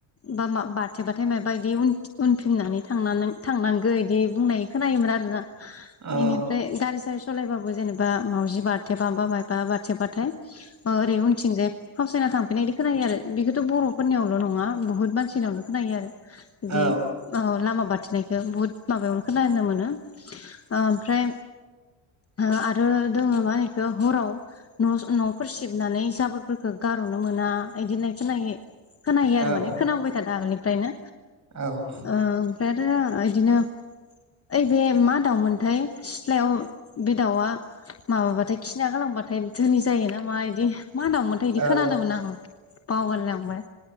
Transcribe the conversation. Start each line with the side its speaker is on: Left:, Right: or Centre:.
Left: बा मा बारथेबाथाय माबाायदि उनफिननानै थांनानों थांनांगौ बिदि बुंनाय खोनायोमोन आरोना।
Right: औ
Left: बेनिफ्राय गारसारस सलायबाव जेनेबा मावजि बारथेबाबामायबा बारथे बाथाय अ रै उनथिंजाय फावसायना थांफिनायदि खोनायो आरो बेखौथ' बर'फोरनियावल नङा बुहुथ मानसिनियावनो खोनायो आरो
Right: औ
Left: दि ओ लामा बाथिनाय बुहुत माबायावनो खोनानो मोनो। ओमफ्राय ओ आरो दोङो माहिखो हराव नस नफोर सिबनानै जाबोरफोरखौ गारहनो मोना इदि होनाय खोनायो। खोनायो
Right: औ
Left: आरो माने खोनाबोबाय थादों आगोलनि दायनो।
Right: औ
Left: अ ब्रेद ओ ओइदिनो ओइबे मा दाउमोनथाय सिथ्लायाव बे दाउआ माबाथाय खिना गालांबाथाय धोनि जायोना मा इदि मा दावमोनथाय इदि
Right: औ
Left: खोनादोंमोन आं बावगारलांबाय